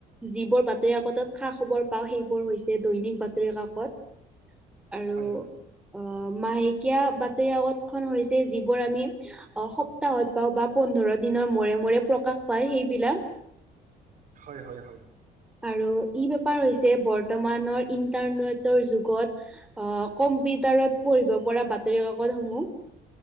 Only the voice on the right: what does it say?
হয়, হয়, হয়,
হয় হয় হয়।